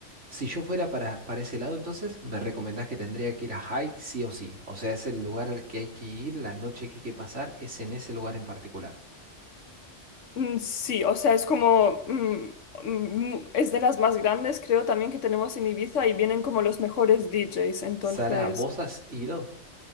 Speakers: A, on the right (about 75°); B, on the left (about 80°).
A: Si yo fuera para, para ese lado, entonces me recomendás que tendría que ir a High sí o sí. O sea, es el lugar al que hay que ir, la noche que hay que pasar, es en ese lugar en particular.
B: Mm, sí, o sea, es como, mm, mm, es de las más grandes creo también que tenemos en Ibiza y vienen como los mejores DJs, entonces,
A: Sara, ¿vos has ido?